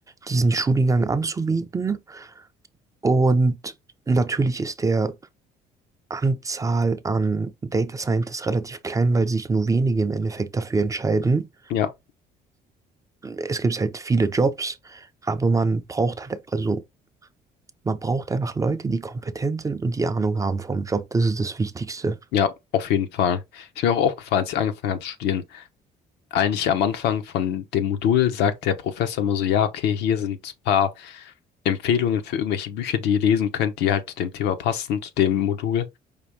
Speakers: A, on the right; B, on the left.
A: diesen Studiengang anzubieten. Und natürlich ist der Anzahl an Data Scientists relativ klein, weil sich nur wenige im Endeffekt dafür entscheiden.
B: Ja.
A: es gibt halt viele Jobs, aber man braucht halt, also man braucht einfach Leute, die kompetent sind und die Ahnung haben vom Job. Das ist das Wichtigste.
B: Ja, auf jeden Fall. Ist mir auch aufgefallen, als ich angefangen habe zu studieren. Eigentlich am Anfang von dem Modul sagt der Professor immer so, ja, okay, hier sind ein paar Empfehlungen für irgendwelche Bücher, die ihr lesen könnt, die halt zu dem Thema passen, zu dem Modul.